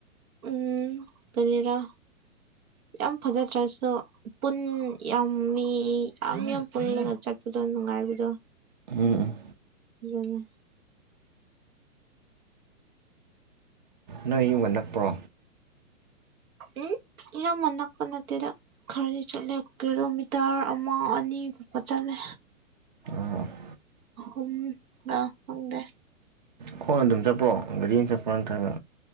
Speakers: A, on the right (about 80°); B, on the right (about 35°).
A: ꯎꯝ ꯀꯔꯤꯔꯥ ꯌꯥꯝ ꯐꯖꯗ꯭ꯔꯁꯨ ꯄꯨꯟ ꯌꯥꯝꯃꯤ ꯌꯥꯝ ꯌꯥꯝ ꯄꯨꯜꯂꯒ ꯆꯠꯄꯗꯣ ꯅꯨꯡꯉꯥꯏꯕꯗꯣ
B: ꯎꯝ ꯎꯝ
A: ꯌꯦꯡꯉꯣ
B: ꯅꯣꯏ ꯌꯨꯝꯒ ꯅꯛꯄ꯭ꯔꯣ
A: ꯎꯝ ꯏꯅꯝꯃ ꯅꯛꯄ ꯅꯠꯇꯦꯗ ꯈ꯭ꯔꯗꯤ ꯆꯠꯂꯦ ꯀꯤꯂꯣꯃꯤꯇꯔ ꯑꯃ ꯑꯅꯤꯒꯨꯝꯕ ꯆꯠꯂꯦ
B: ꯑꯣ <unintelligible>
A: ꯑꯍꯨꯝꯂ ꯈꯪꯗꯦ
B: ꯈꯣꯡꯅ ꯑꯗꯨꯝ ꯆꯠꯄ꯭ꯔꯣ ꯒꯥꯔꯤꯅ ꯆꯠꯄ꯭ꯔꯣ ꯅꯠꯇ꯭ꯔꯒ